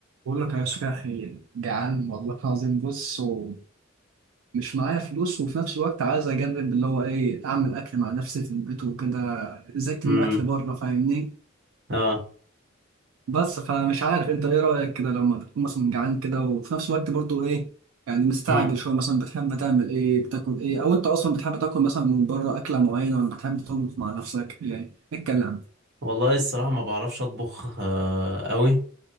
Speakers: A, on the right (about 85°); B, on the right (about 55°).
A: بقول لك يا صاحبي جعان والله العظيم بص ومش معايا فلوس وفي نفس الوقت عايز اجرب اللي هو ايه اعمل اكل مع نفسي في البيت وكده زهقت
B: امم
A: من الاكل بره فاهمني
B: اه
A: بس فمش عارف انت ايه رايك كده لما تكون مثلا جعان كده وفي نفس الوقت برضو ايه يعني مستعجل
B: امم
A: شويه مثلا بتحب تعمل ايه بتاكل ايه او انت اصلا بتحب تاكل مثلا من بره اكله معينه ولا بتحب تطبخ مع نفسك يعني اتكلم
B: والله الصراحه ما بعرفش اطبخ آه قوي